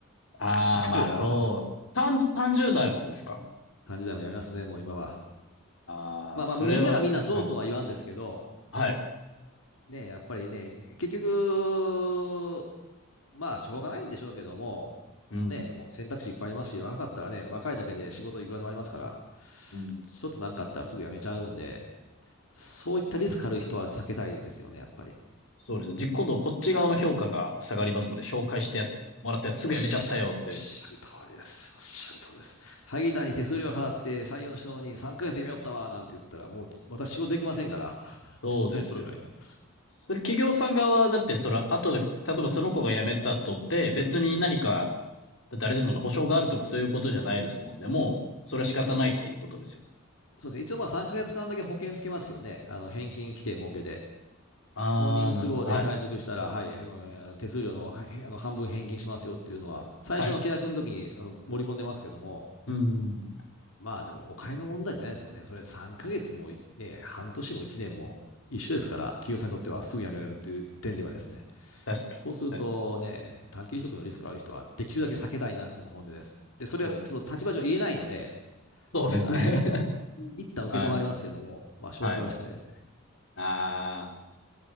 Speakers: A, on the left; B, on the left.
A: ああー、
B: <laughs>
A: まあ、
B: 彼らは
A: そう、さん30代もですか？
B: 3時代も辞 <laughs> めますね、もう今は。
A: ああー、
B: まあまあ、
A: それははい、
B: みんながみんなそうとは言わんですけど、
A: はい。
B: ね、やっぱりね、結局、まあ、しょうがないんでしょうけども、
A: うん、
B: ね、もう選択肢いっぱいありますし、若かったらね、若いだけで仕事いくらでもありますから、
A: うん。
B: ちょっとなんかあったらすぐ辞めちゃうんで、そういったリスクある人は避けたいですよね、やっぱり。
A: そうです。じ今度こっち側の評価が下がりますので、紹介してやもらったやつすぐやめちゃったよって。
B: おっしゃる、おっしゃる通りです。おっしゃる通りです。萩田に手数料払って採用したのに3ヶ月で辞めよったわ、なんて言ったら、もう私仕事できませんから。<laughs>
A: そうですよね。
B: 人材紹介の。
A: それ企業さん側だって、それは後で、例えばその子が辞めた後って、別に何か、だってあれですもんね、保証があるとかそういうことじゃないですもんね。もう、それは仕方ないっていうことですよね。
B: そうですね。一応まあ3ヶ月間だけ保険つけますけどね。あの、返金規定設けて。
A: あー、
B: 本人都合で退職したら、
A: なるほど。はい。
B: はい、あの、えー手数料の、はいへあの半分返金しますよっていうのは、最初の契約の時にあの盛り込んでますけども、
A: はい。うーん。
B: まあでもお金の問題じゃないですよね。それ3ヶ月もいね、半年も1年も一緒ですから、企業さんにとってはすぐ辞められるっていう点ではですね、
A: 確かに。
B: そうするとね、
A: 確かに。
B: 短期離職のリスクある人はできるだけ避けたいなっていうのが本音です。で、それはちょっと立場上言えないので、
A: そうです。そうですね。
B: あの、
A: <laughs>
B: 一旦承りますけども、
A: はい。
B: まあ紹介はしないですね。
A: はい。あ